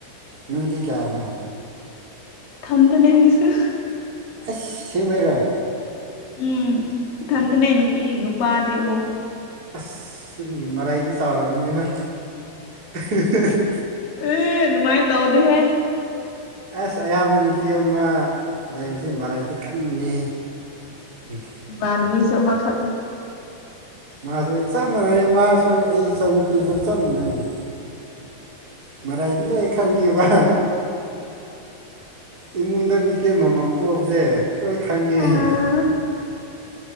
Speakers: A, on the right; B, on the left.
A: ꯅꯣꯏꯗꯤ ꯀꯌꯥꯅꯣ
B: ꯊꯥꯟꯗꯣꯅꯦ ꯍꯥꯏꯁꯦ
A: ꯑꯦ ꯑꯁꯦꯡꯕꯩꯔꯣ
B: ꯎꯝ ꯏꯊꯟꯗꯅꯦ ꯅꯨꯄꯤ ꯅꯨꯄꯥꯗꯤ ꯑꯍꯨꯝ
A: ꯑꯁ ꯃꯔꯥꯏꯗꯤ ꯆꯥꯎꯔꯕꯔꯕꯅꯤꯅ <unintelligible>
B: ꯑꯦ ꯑꯗꯨꯃꯥꯏꯅ ꯇꯧꯗꯦꯍꯦ
A: ꯑꯁ ꯑꯌꯥꯝꯕ ꯅꯨꯄꯤ ꯑꯃ ꯂꯩꯔꯤꯁꯦ ꯃꯔꯥꯏꯗꯤ ꯀꯟꯕꯅꯤ ꯎꯝ
B: ꯏꯃꯥꯟꯕꯤꯁꯨ ꯑꯃ ꯈꯛ
A: ꯃꯥꯁꯨ ꯆꯞ ꯃꯥꯟꯅꯩ ꯃꯥꯁꯨ ꯑꯩ ꯏꯆꯟꯅꯨꯄꯤꯁꯨ ꯆꯞ ꯃꯥꯟꯅꯩ ꯃꯔꯥ ꯏꯗꯤ ꯂꯩꯥꯏ ꯈꯪꯕ ꯏꯃꯨꯟꯗꯔ ꯑꯃꯃꯝ ꯄꯣꯕꯁꯦ ꯂꯣꯏ ꯈꯪꯉꯦ
B: ꯑꯥ
A: ꯑꯩ